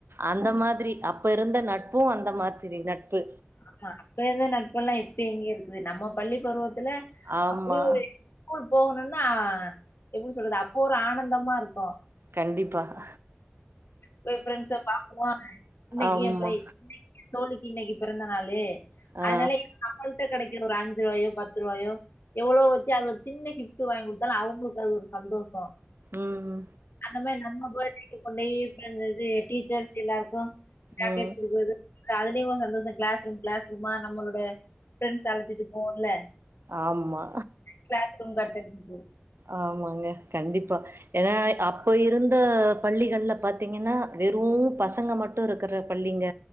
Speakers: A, on the right; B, on the left.
A: அந்த மாதிரி அப்ப இருந்த நட்பு அந்த மாதிரி நட்பு
B: ஆமா அப்ப ‌இருந்த நட்பெல்லா இப்ப எங்கெ இருக்குது நம்ம பள்ளி பருவத்துல
A: ஆமா
B: அப்டியொரு ஸ்கூல் போகணுனா எப்டி சொல்றது அப்போ ஒரு ஆனந்தமா இருக்கு
A: கண்டிப்பாக
B: போய் ஃபிரெண்ட்ஸ பாக்குவா இன்னைக்கே
A: ஆமா
B: போய் தோழிக்கு இன்னைக்கு பிறந்த நாள்
A: ஆ
B: அதனால <inaudible> ஒந்ட்ட கெடைக்குற ஒரு அஞ்சுருவாயோ பத்துருவாயோ எவ்ளோ வச்சு அது ஒரு சின்ன கிஃப்ட் வாங்கி குடுத்தாலு அவங்களுக்கு அது ஒரு சந்தோஷோ
A: ம்
B: அந்த மாரி நம்ம பேர்டேக்கு கொண்டேய்ட்ருந்துது டீச்சர்ஸ் எல்லாருக்கு சாக்லெட்
A: ம்
B: குடுக்குறது கதுலயு ஒரு சந்தோஷோ கிளாஸ் ரூம் கிளாஸ் ரூமா நம்மளோட ஃபிரண்ஸ் அழச்சிட்டு போவன்ல
A: ஆமா
B: க்ளாஸ் ரூம் கட் அடிச்சுட்டு
A: ஆமாங்க கண்டிப்பா ஏனா அப்ப இருந்த பள்ளிகள்ல பாத்தீங்கன்னா வெறூ பசங்க மட் ட்டு இருக்கிற பள்ளிங்க